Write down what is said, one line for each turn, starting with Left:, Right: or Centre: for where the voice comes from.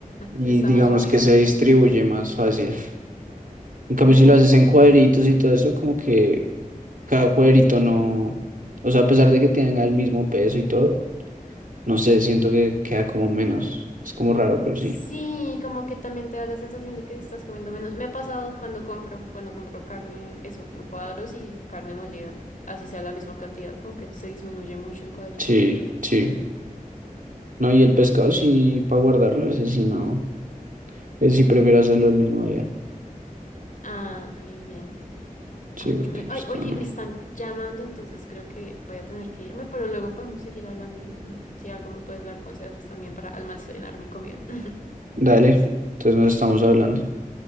Right: y
Left: Está
Right: digamos
Left: más rápido
Right: que
Left: también.
Right: se distribuye más fácil. En
Left: Ah,
Right: cambio, si lo haces
Left: ok.
Right: en cuadritos y todo eso, como que cada cuadrito no, o sea, a pesar de que tenga el mismo peso y todo, no sé, siento que queda como menos. Es como raro, pero
Left: Sí,
Right: sí.
Left: como que también te da la sensación de que estás comiendo menos. Me ha pasado cuando compro, cuando compro carne, eso, en cuadros y carne molida. Así sea la misma cantidad, como que se disminuye mucho en cuadritos.
Right: Sí, sí. No, y el pescado sí, para guardarlo, ese sí no. Ese sí prefiero hacerlo el mismo día.
Left: Ah, ok, bien.
Right: Sí,
Left: Ah,
Right: porque
Left: pero, ve-
Right: pescado
Left: ay, oye,
Right: no.
Left: me están llamando, entonces creo que voy a tener que irme, pero luego podemos seguir hablando y mm, si algo me puedes dar consejos también para almacenar mi comida. <laughs>
Right: Dale, entonces nos estamos hablando.